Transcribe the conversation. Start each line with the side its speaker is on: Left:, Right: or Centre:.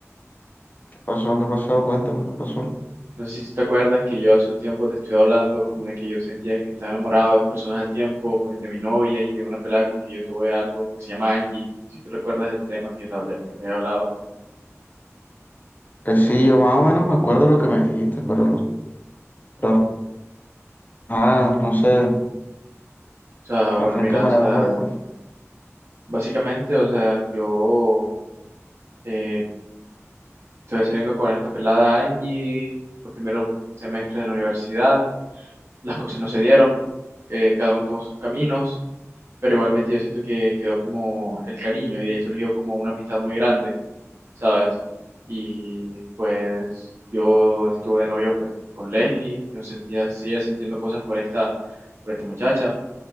Left: ¿Qué pasó? ¿Qué pasó? Cuéntame, ¿qué pasó?
Right: No sé si tú te acuerdas que yo hace un tiempo te estoy hablando como de que yo sentía que estaba enamorado de dos personas al tiempo, pues de mi novia y de una pelada con que yo tuve algo que se llama Angie, si tú recuerdas el tema que te hablé, que te he hablado.
Left: Pues sí, yo más o menos me acuerdo lo que me dijiste, pero, pero, ajá, no sé,
Right: O sea,
Left: refrescame
Right: bueno, mira, o sea,
Left: la memoria, por
Right: básicamente, o sea, yo eh, estoy saliendo con esta pelada Angie los primeros semestres de la universidad. las cosas no se dieron, eh, cada uno tomó sus caminos, pero igualmente yo siento que quedó como el cariño y de ahí surgió como una amistad muy grande, ¿sabes? Y pues yo estuve de novio pues con Leslie, yo sentía, seguía sintiendo cosas por esta, por esta muchacha